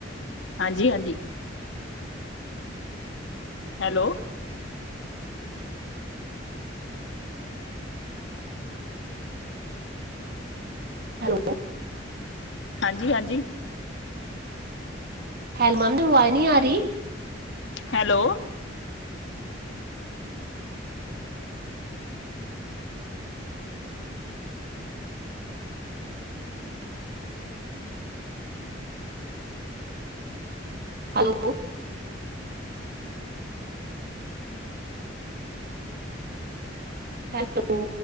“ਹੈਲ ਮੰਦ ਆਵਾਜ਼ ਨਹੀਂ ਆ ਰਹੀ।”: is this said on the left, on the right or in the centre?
Right